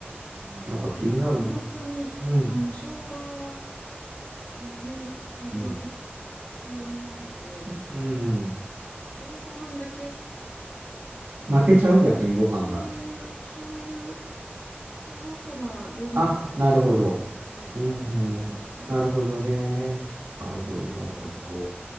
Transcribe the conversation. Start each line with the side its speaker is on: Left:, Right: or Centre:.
Left: うん。
Right: なんか気になるな。
Left: なんか本当に、
Right: うん。
Left: あの、生姜の味は結構
Right: うん。
Left: 強めなので、
Right: うん。
Left: 白いご飯だけ
Right: 負けちゃう逆にご飯が。
Left: うん、まあちょっと醤油、醤油垂らせばご飯とそれだけでもいけるかもしれないですね。
Right: あ、なるほど。うん。うんなるほどね。なるほど、
Left: うんうんうん。
Right: なるほど。
Left: い